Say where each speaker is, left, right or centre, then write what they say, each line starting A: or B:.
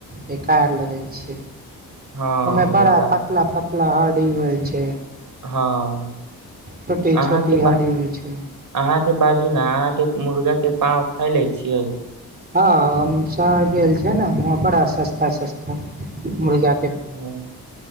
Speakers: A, on the right; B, on the right.
A: बेकार लगै छै।
B: हँ
A: ओमे
B: बेकार
A: बड़ा पतला पतला ह स होइ छै।
B: हँ
A: छोटी
B: अहाँके
A: छोटी हड्डी
B: ब
A: होइ छै
B: अहाँके बाजू ने अहाँके मुर्गा के पाँव खाय ले छियै
A: हँ हम शहर गेल छ ने वहा बड़ा सस्ता -सस्ता मुर्गा
B: ह